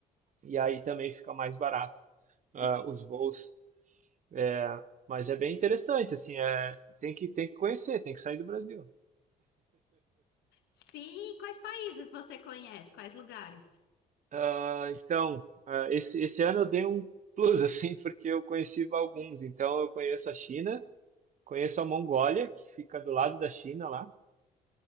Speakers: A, on the right; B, on the left.
A: E aí também fica mais barato, ah,
B: E co-
A: os voos. É, Mas é bem interessante, assim, é, tem que, tem que conhecer, tem que sair do Brasil.
B: Sim, quais países você conhece? Quais lugares?
A: Ah, então, ah, esse, esse ano eu dei um plus, <laughs> assim, porque eu conheci alguns. Então, eu conheço a China, conheço a Mongólia, que fica do lado da China lá.